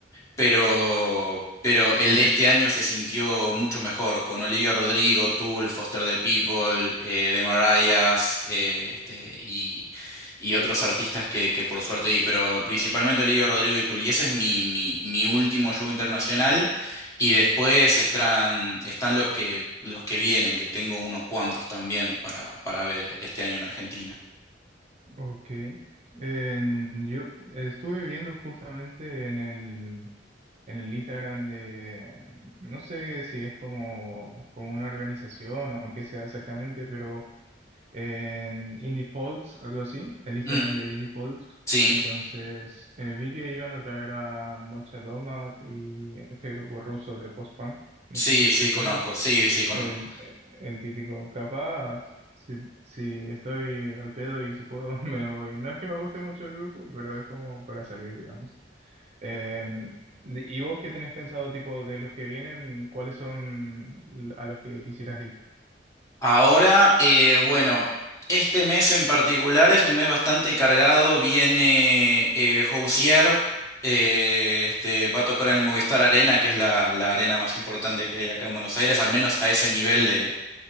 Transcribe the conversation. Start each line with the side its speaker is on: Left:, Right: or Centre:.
Left: pero, pero el de este año se sintió mucho mejor, con Olivia Rodrigo, Tool, Foster the People, eh, The Marayas, eh, este, y, y otros artistas que, que por suerte vi, pero principalmente Olivia Rodrigo y Tool, y ese es mi, mi, mi último show internacional, y después están, están los que, los que vienen, que tengo unos cuantos también para, para ver eh, este año en Argentina.
Right: ok. En- yo estuve viendo justamente en el, en el Instagram de, no sé si es como, como una organización o qué sea exactamente, pero... en Indie Folks, algo así, el Instagram
Left: Mm,
Right: de Indie Folks.
Left: sí,
Right: Entonces eh, vi que iban a traer a Molchat Domat y este grupo ruso de post-punk. No
Left: sí,
Right: sé si
Left: sí,
Right: te suena
Left: conozco, sí, sí, sí, conozco.
Right: el, el típico. Capaz, si, si estoy al pedo y si puedo, <laughs> me voy. No es que me guste mucho el grupo, pero es como para salir, digamos. Eh, de- ¿y vos qué tenés pensado, tipo, de los que vienen, cuáles son l- a los que quisieras ir?
Left: Ahora, eh, bueno, este mes en particular es un mes bastante cargado. Viene eh, Housier, eh, este, va a tocar en el Movistar Arena, que es la, la arena más importante que hay acá en Buenos Aires, al menos a ese nivel de